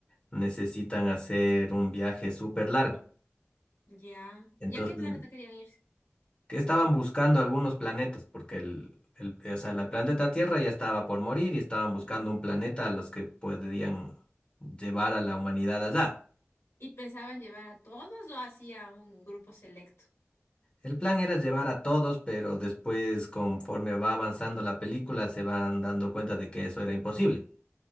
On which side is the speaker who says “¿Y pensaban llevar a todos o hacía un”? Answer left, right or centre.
Left